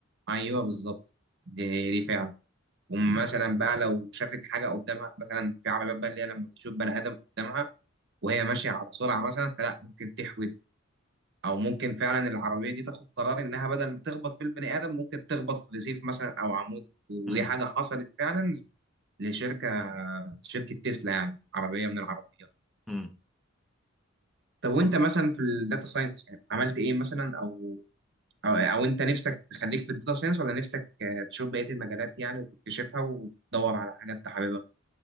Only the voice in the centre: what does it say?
امم
امم
طب